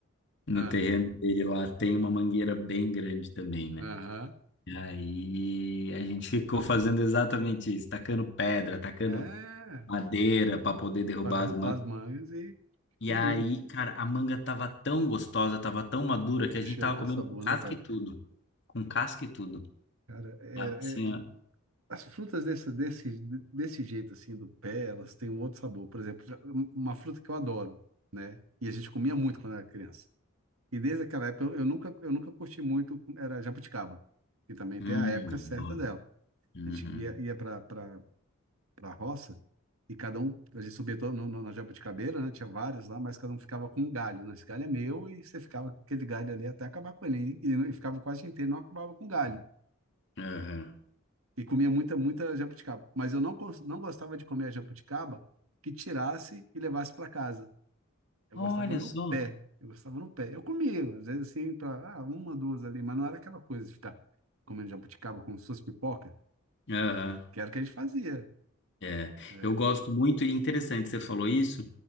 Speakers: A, on the left (about 55°); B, on the right (about 80°).
A: no
B: ah,
A: terreno dele lá tem uma mangueira bem grande também, né?
B: aham.
A: E Aí a gente ficou fazendo exatamente isso, tacando pedra, tacando
B: É,
A: madeira para poder derrubar
B: para derrubar
A: as
B: as mangas e
A: E
B: comer,
A: aí,
B: meu.
A: cara, a manga tava tão gostosa, tava tão madura que
B: Poxa,
A: a gente tava
B: tá
A: comendo
B: sabor,
A: com casca
B: né, cara?
A: e tudo. Com casca e tudo.
B: Cara, é,
A: Tava assim,
B: é-
A: ó.
B: as frutas desse, desse, desse jeito, assim, do pé, elas têm um outro sabor. Por exemplo, já- um, uma fruta que eu adoro, né? E a gente comia muito quando era criança. E desde aquela época, eu, eu nunca, eu nunca curti muito, era jabuticaba. E também
A: Hum,
B: tem a época
A: adoro.
B: certa dela.
A: Uhum.
B: A gente ia, ia para para a roça, e cada um, a gente subia todo no, no, na jabuticabeira, né? Tinha vários lá, mas cada um ficava com um galho, né? Esse galho é meu, e você ficava com aquele galho ali até acabar com ele, e, e ficava quase inteiro, não acabava com galho.
A: Aham.
B: E comia muita, muita jabuticaba. Mas eu não, cons- não gostava de comer a jabuticaba que tirasse e levasse para casa. Eu
A: Olha
B: gostava no
A: só.
B: pé. Eu gostava no pé. Eu comia, às vezes assim, para ah, uma, duas ali, mas não era aquela coisa de ficar comendo jabuticaba como se fosse pipoca,
A: Aham.
B: que era o que a gente fazia.
A: É.
B: É.
A: Eu gosto muito, e interessante, você falou isso.